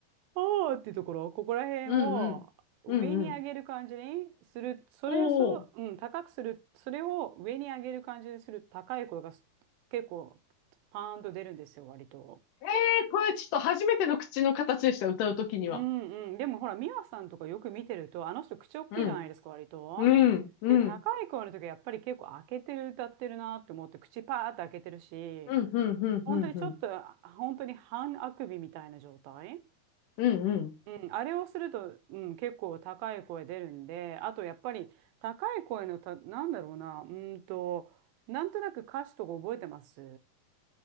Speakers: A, on the right; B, on the left.
A: おーっていうところ、ここら辺を上に上げる感じにする、
B: う。うんうん。うんうん。
A: それをそう、
B: おー。
A: うん、高くする、それを上に上げる感じにする高い声がす結構パーンと出るんですよ、割と。
B: ええこれちょっと初めての口の形でした、歌うときには。
A: うんうん。でもほら、ミワさんとかよく見てると、あの人口大きいじゃないですか、
B: うん。
A: 割と。
B: うん、うん、
A: で、高い声の時はやっぱり結構開けてる歌ってるなって思って、口パーって開けてるし、
B: うん、うん、うん、
A: 本当にちょっと、
B: うん、うん、うん、
A: 本当に半あくびみたいな状態。
B: うん
A: うん、あれをすると、うん、結構高い声出るんで、あとやっぱり高い声のた、なんだろうな、うーんと、なんとなく歌詞とか覚えてます